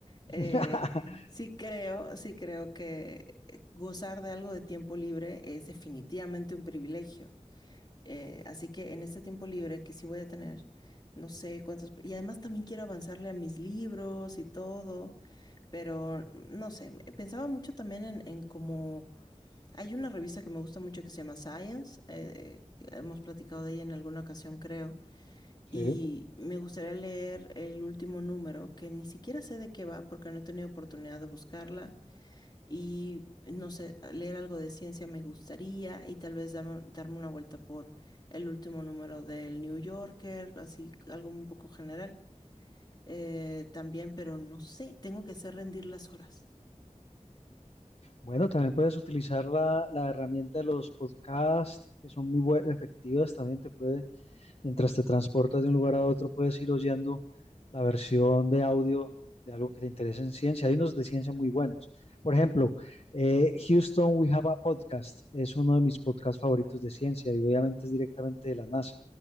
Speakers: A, on the left (about 30°); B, on the left (about 50°).
A: eh,
B: <laughs>
A: sí creo, sí creo que gozar de algo de tiempo libre es definitivamente un privilegio. Eh, así que en este tiempo libre que sí voy a tener, no sé cuántos, y además también quiero avanzarle a mis libros y todo, pero no sé, me- pensaba mucho también en, en cómo hay una revista que me gusta mucho que se llama Science, eh, eh, hemos platicado de ella en alguna ocasión, creo,
B: Sí.
A: y me gustaría leer el último número, que ni siquiera sé de qué va porque no he tenido oportunidad de buscarla, y no sé, leer algo de ciencia me gustaría, y tal vez dame- darme una vuelta por el último número del New Yorker, así algo un poco general, eh, también, pero no sé, tengo que hacer rendir las horas.
B: Bueno, también puedes utilizar la, la herramienta de los podcasts, que son muy bue- efectivas. También te puede, mientras te transportas de un lugar a otro, puedes ir oyendo la versión de audio de algo que te interese en ciencia. Hay unos de ciencia muy buenos. Por ejemplo, eh, Houston We Have a Podcast es uno de mis podcasts favoritos de ciencia y obviamente es directamente de la NASA.